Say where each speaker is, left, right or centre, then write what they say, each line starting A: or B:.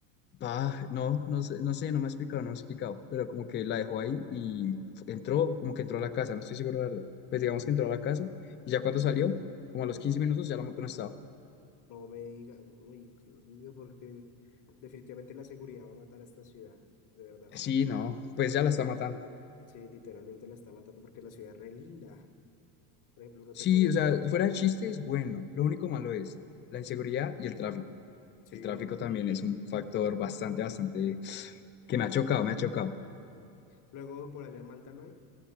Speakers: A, on the left; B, on the left.
A: Ah, no, no sé, no sé, no me ha explicado, no me ha explicado, pero como que la dejó ahí y fu- entró, como que entró a la casa, no estoy seguro, la verdad. Pues digamos que entró a la casa y ya cuando salió, como a los quince minutos, ya la moto no estaba.
B: No me digas, uy, Dios mío, porque definitivamente la seguridad va a matar a esta ciudad, de verdad, o sea,
A: Sí, no, pues ya la está matando.
B: sí, literalmente la está matando porque la ciudad es re linda. Por ejemplo, uno
A: Sí,
B: te puede...
A: o
B: Ajá.
A: sea, fuera de chiste es bueno, lo único malo es la inseguridad y el tráfico.
B: Sí,
A: El tráfico también es un factor bastante, bastante que me ha chocado, me ha chocado.
B: luego por allá en Malta no hay.